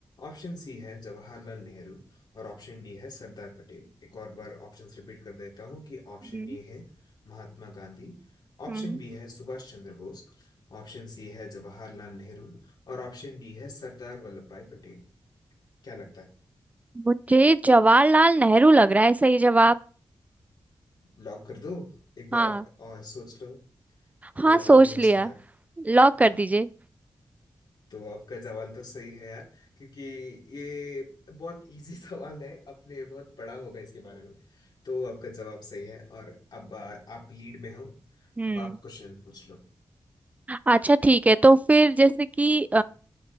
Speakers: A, on the left (about 60°); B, on the right (about 20°).
A: ऑप्शन सी है जवाहरलाल नेहरू और ऑप्शन डी है सरदार पटेल एक और बार ऑप्शंस रिपीट कर देता हूँ कि ऑप्शन
B: हम्म
A: ए है महात्मा गांधी ऑप्शन
B: हम्म।
A: बी है सुभाष चंद्र बोस ऑप्शन सी है जवाहरलाल नेहरू और ऑप्शन डी है सरदार वल्लभ भाई पटेल क्या लगता है
B: मुझे जवाहरलाल नेहरू लग रहा है सही जवाब
A: लॉक कर दो एक बार
B: हाँ
A: और, और सोच लो कोई
B: हाँ सोच
A: और भी हो
B: लिया
A: सकता है
B: लॉक कर
A: हाँ
B: दीजिए
A: तो आपका सवाल तो सही है यार क्योंकि ये बहुत इजी <laughs> सवाल है आपने बहुत पढ़ा होगा इसके बारे में तो आपका जवाब सही है और अब आ, आप लीड में हो
B: हम्म
A: अब आप क्वेश्चन पूछ लो
B: अच्छा ठीक है तो फिर जैसे कि